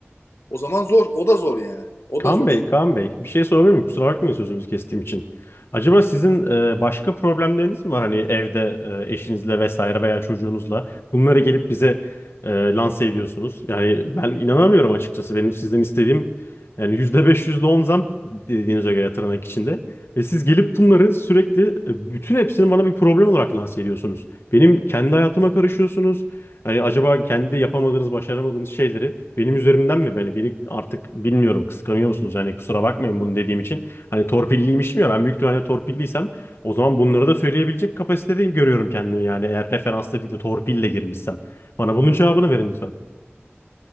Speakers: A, on the left (about 80°); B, on the left (about 60°).
A: o zaman zor, o da zor yani. O
B: Kaan
A: da zor.
B: Bey, Kaan Bey, bir şey sorabilir miyim? Kusura bakmayın sözünüzü kestiğim için. Acaba sizin e, başka problemleriniz mi var? Hani evde e, eşinizle vesaire veya çocuğunuzla bunları gelip bize e, lanse ediyorsunuz. Yani ben inanamıyorum açıkçası. Benim sizden istediğim yani yüzde beş yüzde on zam dediğinize göre tırnak içinde. Ve siz gelip bunları sürekli e, bütün hepsini bana bir problem olarak lanse ediyorsunuz. Benim kendi hayatıma karışıyorsunuz. Hani acaba kendi yapamadığınız, başaramadığınız şeyleri benim üzerimden mi? Beni, beni artık bilmiyorum kıskanıyor musunuz? Yani kusura bakmayın bunu dediğim için. Hani torpilliymişim ya ben büyük ihtimalle torpilliysem o zaman bunları da söyleyebilecek kapasitede görüyorum kendimi. Yani eğer referansla değil de torpille girmişsem. Bana bunun cevabını verin lütfen.